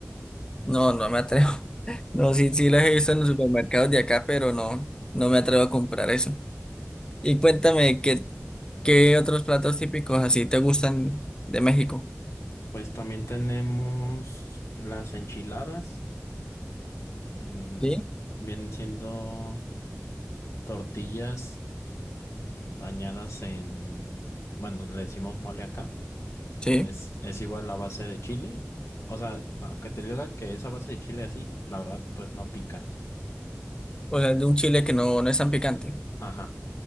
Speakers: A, on the left (about 15°); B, on the left (about 75°).
A: No, no me atrevo. <laughs> No, sí, sí, los he visto en los supermercados de acá, pero no, no me atrevo a comprar eso. Y cuéntame, ¿qué, qué otros platos típicos así te gustan de México?
B: Pues también tenemos las enchiladas. en-
A: Sí,
B: vienen siendo tortillas mm, bañadas en, bueno, le decimos mole acá.
A: sí.
B: Es, es igual la base de chile. O sea, aunque te diga que esa base de chile así, la verdad, pues no pica.
A: O sea, de un chile que no, no es tan picante.
B: Ajá.